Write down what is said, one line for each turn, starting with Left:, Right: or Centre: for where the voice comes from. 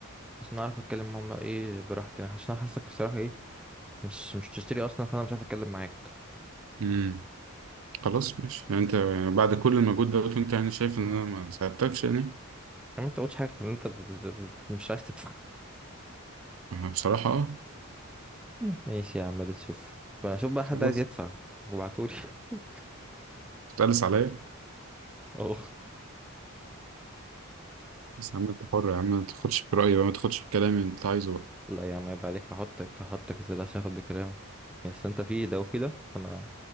Centre: بحيث ان اعرف اتكلم معاهم بقى ايه براحتي انا عشان أنا حاسك الصراحة ايه مش مش تشتري اصلا فانا مش عارف اتكلم معاك
Right: امم خلاص ماشي يعني انت يعني بعد كل المجهود ده وانت يعني شايف ان انا ما ساعدتكش يعني
Centre: ما انت قلتش حاجه غير ان انت ب... ب... ب... مش عايز تدفع
Right: آه، بصراحة اه
Centre: مم. <laughs> ماشي يا عم اللي تشوف بشوف بقى
Right: خلاص
Centre: حد عايز يدفع وابعتولي <laughs>
Right: تقلس عليا
Centre: اه
Right: بس يا عم انت حر يا عم ما تاخدش برأيي بقى ما تاخدش بكلامي انت عايزه بقى
Centre: لا يا عم عيب عليك هحطك هحطك ما تقلقش هاخد بكلامك يا اصل انت في ده وفي ده فانا